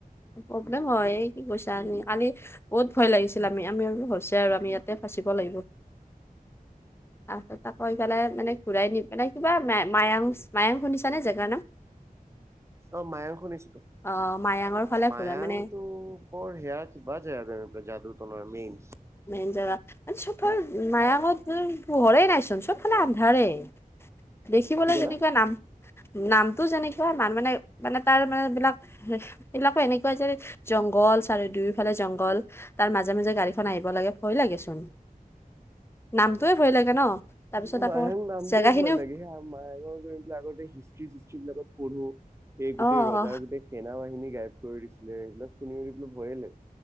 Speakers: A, on the left; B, on the right.
A: প্ৰব্লেম হয়, এই কি কৈছা তুমি, কালি বহুত ভয় লাগিছিল আমি, আমি আমি হৈছে আৰু আমি ইয়াত তাতে ফাচিব লাগিব। তাৰপিছত তৌ পালাই মানে ঘূৰাই নি পেলাই কিবা মায়ং, মায়ং শুনিছানে জেগাৰ নাম? <inaudible>
B: অ' মায়ং শুনিছোঁতো।
A: অ মায়াঙৰ ফালে
B: মায়ংটো
A: ঘূৰাই মানে
B: ক'ৰ সেয়া কিবা যায় আ, যাদু তলৰ মেইন।
A: মেইন জাগা, মানে চবফাল মায়ানক পোহৰে নাইচোন চবফালে আন্ধাৰেই। দেখিবলৈ
B: কি ক'লা?
A: যেনেকুৱা নাম নামটো যেনেকুৱা মান মানে মানে তাৰমানে বিলাক এইবিলাকো এনেকুৱা যে জংঘল চাৰি দুয়োফালে জংঘল, তাৰ মাজে মাজে গাড়ী খন আহিব লাগে ভয় লাগেচোন। নামটোয়ে ভয় লাগে ন'? তাৰপিছত আকৌ
B: মায়হাং নামটোৱে
A: জেগাখিনিও
B: ভয় লাগে হেয়াই। মায়ে গৈ পেলাক আগতে হিষ্ট্ৰি চিষ্ট্ৰ্ৰীবিলাকত পঢ়ি এই গোটেই
A: অ
B: ৰজাৰ
A: অ
B: গোটেই সেনা বাহিনী গাইব কৰি দিছিলে, সেইবিলাক শুনি মানে ভয়ে লে